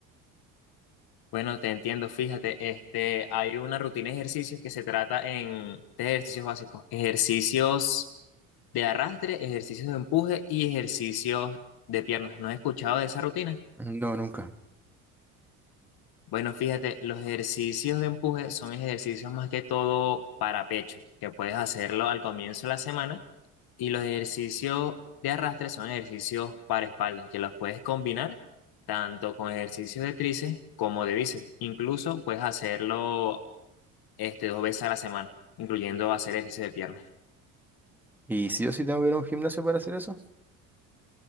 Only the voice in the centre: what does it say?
No, nunca.
¿Y si yo sí tengo que ir a un gimnasio para hacer eso?